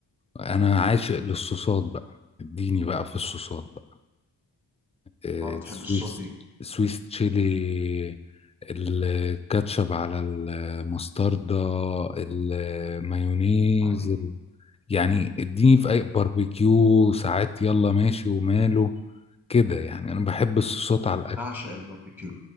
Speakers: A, on the left; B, in the centre.
A: انا عاشق للصوصات بقى اديني بقى في الصوصات بقى آه،
B: ما بتحب
A: سويس
B: السوتي
A: سويس تشيلي الكاتشب على المستردة المايونيز
B: آه، دي
A: ال... يعني اديني في اي باربيكيو ساعات يلا ماشي وماله كده يعني انا بحب الصوصات على الاكل
B: بعشق الباربيكيو